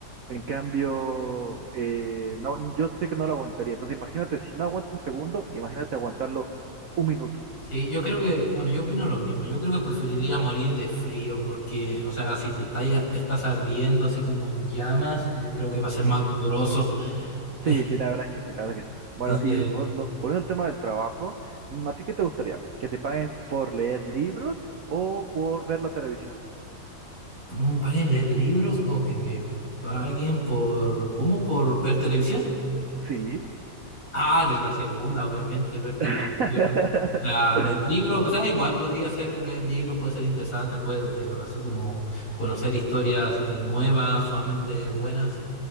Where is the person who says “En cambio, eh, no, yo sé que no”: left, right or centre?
Right